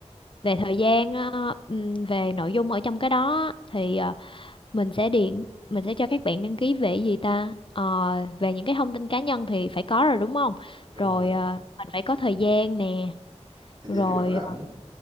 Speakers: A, on the left; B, on the right.
A: về thời gian ờ, ừm, về nội dung ở trong cái đó thì ờ, mình sẽ điện mình sẽ cho các bạn đăng ký về gì ta? Ờ, về những cái thông tin cá nhân thì phải có rồi đúng không?
B: đúng
A: Rồi
B: rồi
A: ờ, mình phải có thời gian nè,
B: thời
A: rồi
B: gian các bạn rảnh